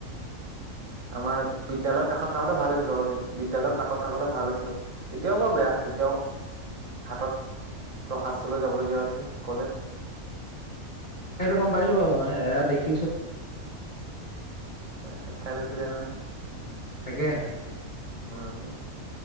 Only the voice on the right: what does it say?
আমাৰ বিদ্যালয়ৰ কাষত থাকোতে ভাল আছিল লগতে বিদ্যালয় কাষত থাকোতে ভাল আছিলো তেতিয়াও বৰ বেয়া তেতিয়াও হাতত দৰ্খাস্তলৈ যাবলগীয়া হৈছে কলেজ।
সাক্ষাৎ হৈছিলে নহয়।
ওহোঁ